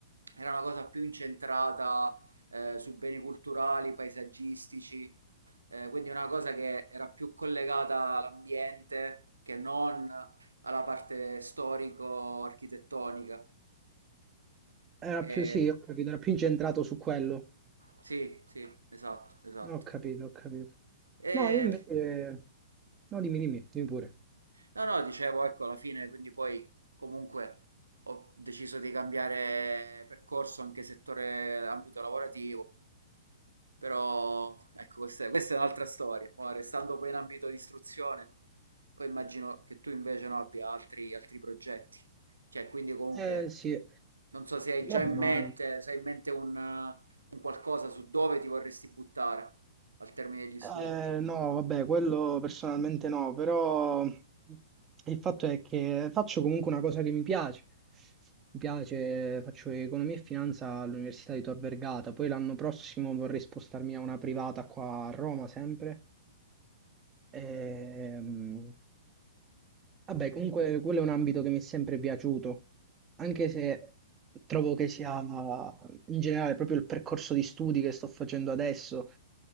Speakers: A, on the right; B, on the right.
A: era una cosa più incentrata eh, su beni culturali, paesaggistici, eh, quindi una cosa che era più collegata all'ambiente che non alla parte storico-architettonica.
B: Era
A: E
B: più, sì, ho capito, era più incentrato su quello.
A: Sì, sì, esatto, esatto.
B: Ho capito, ho capito.
A: E
B: No, io invece... No, dimmi, dimmi, dimmi pure.
A: no, no, dicevo, ecco, alla fine, quindi poi comunque ho deciso di cambiare percorso anche settore, ambito lavorativo, però ecco, questa è, questa è un'altra storia. Ora, restando poi in ambito di istruzione, poi immagino che tu invece no, abbia altri, altri progetti. Cioè, quindi comunque,
B: Eh, sì.
A: non so se hai già
B: Vabbè,
A: in
B: ma...
A: mente, se hai in mente un, eh, un qualcosa su dove ti vorresti buttare al termine degli studi.
B: Eh, no, vabbè, quello personalmente no, però il fatto è che faccio comunque una cosa che mi piace. Mi piace, faccio economia e finanza all'Università di Tor Vergata, poi l'anno prossimo vorrei spostarmi a una privata qua a Roma sempre. Ehm, Vabbè, comunque quello è un ambito che mi è sempre piaciuto, anche se trovo che sia in generale proprio il percorso di studi che sto facendo adesso